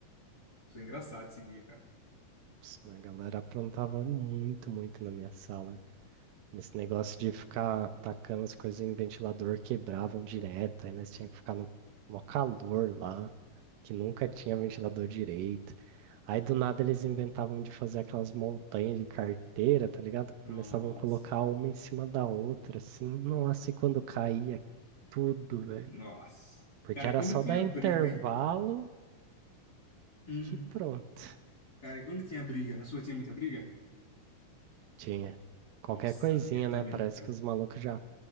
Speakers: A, on the left; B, on the right.
A: foi engraçado esse dia, cara.
B: Isso, mas A galera aprontava muito, muito na minha sala. Esse negócio de ficar tacando as coisas em ventilador quebravam direto, aí nós tínhamos que ficar no maior calor lá, que nunca tinha ventilador direito. Aí do nada eles inventavam de fazer aquelas montanhas de carteira, tá ligado?
A: Nossa.
B: Começavam a colocar uma em cima da outra, assim. Nossa, e quando caía tudo, velho.
A: Nossa.
B: Porque
A: Cara,
B: era
A: e quando
B: só
A: tinha
B: dar intervalo
A: briga, hein? Uhum.
B: que pronto,
A: Cara, e quando tinha briga? Na sua tinha muita briga?
B: tinha. Qualquer
A: Nossa,
B: coisinha,
A: na minha também,
B: né? Parece
A: cara.
B: que os malucos já